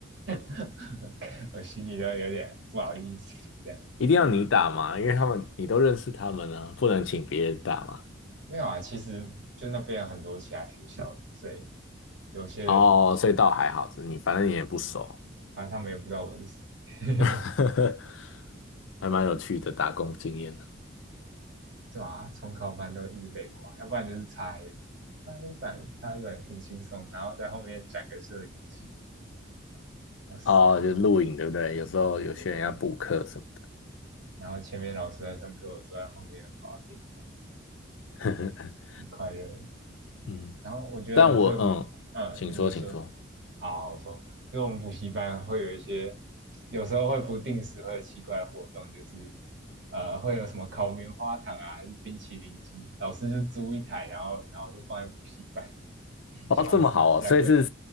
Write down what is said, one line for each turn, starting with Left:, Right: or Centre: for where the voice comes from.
Right: <laughs> 我心里都有点不好意思。这样
Left: 一定要你打嘛，因为他们你都认识他们呢、不能请别人打嘛。
Right: 没有啊，其实就那边有很多其他学校，所以有些人
Left: 哦，所以倒还好，你反正你也不熟，
Right: 反正他们也不知道我是谁。<laughs>
Left: <laughs> 还蛮有趣的打工经验的。
Right: 对啊，重考班都一直被挂，要不然就是擦黑擦黑板，擦黑板挺轻松，然后在后面转个摄影机，哇塞，
Left: 哦，就录影对不对？有时候有些人要补课什么的。
Right: 对对对，然后前面老师在上课，我坐在后面滑平板，
Left: <laughs>
Right: 很快乐。
Left: 嗯。
Right: 然后我觉得很特别，
Left: 但我嗯，
Right: 嗯，
Left: 请说，
Right: 你你说，
Left: 请说。
Right: 好，我说，因为我们补习班会有一些，有时候会不定时会有奇怪的活动，就是呃会有什么烤棉花糖啊，还是冰淇淋机，老师就租一台，然后然后就放在补习班。<laughs>
Left: 哦，
Right: 想要吃的下课
Left: 这么好哦，所以是